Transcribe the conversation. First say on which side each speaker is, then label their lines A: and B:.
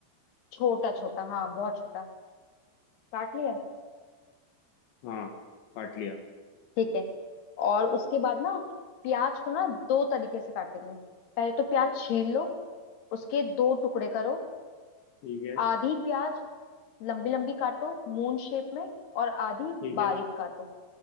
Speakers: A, on the left; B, on the left.
A: छोटा छोटा हाँ बहुत छोटा काट लिया
B: हाँ काट लिया
A: ठीक है और उसके बाद ना प्याज को ना दो तरीके से काटेंगे पहले तो प्याज छील लो उसके दो टुकड़े करो
B: ठीक है
A: आधी प्याज लंबी लंबी काटो मून शेप में और आधी
B: ठीक है
A: बारीक काटो